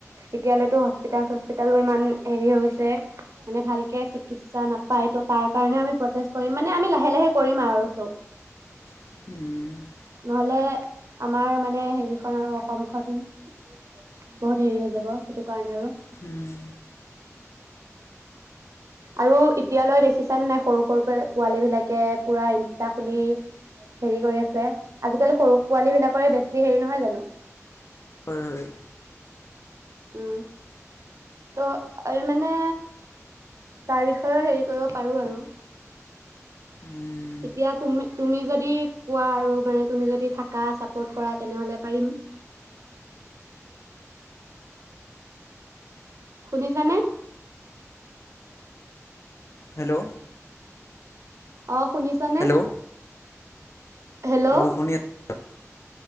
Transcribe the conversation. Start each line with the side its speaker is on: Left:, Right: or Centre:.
Right: এতিয়ালৈতো হস্পিতাল চস্পিতালো ইমান হেৰি হৈ গৈছে মানে ভালকে চিকিৎসা নাপায় ত' তাৰ কাৰণে আমি প্ৰটেষ্ট কৰিম মানে আমি লাহে লাহে কৰিম আৰু চব
Left: উম
Right: নহলে আমাৰ মানে হেৰিখন আৰু অসমখন বহুত হেৰি হৈ যাব সেইটো কাৰণে আৰু
Left: হম।
Right: আৰু এতিয়ালৈ দেখিছান নাই সৰু সৰু পোৱালী বিলাকে পুৰা ইনষ্টা খুলি হেৰি কৰি আছে আজিকালি সৰু পোৱালী বিলাকৰে বেছি হেৰি নহয় জানো
Left: হয় হয়
Right: উ ত' আ মানে তাৰ বিষয়েও হেৰি কৰিব পাৰো আৰু
Left: উম
Right: এতিয়া তুমি তুমি যদি কোৱা আৰু মানে তুমি যদি থাকা চাপ তেনেহলে পাৰিম। শুনিছানে
Left: হেল্ল'
Right: অ শুনিছা নে?
Left: হেল্ল'
Right: হেল্ল'
Left: অঁ শুনি আছোঁ।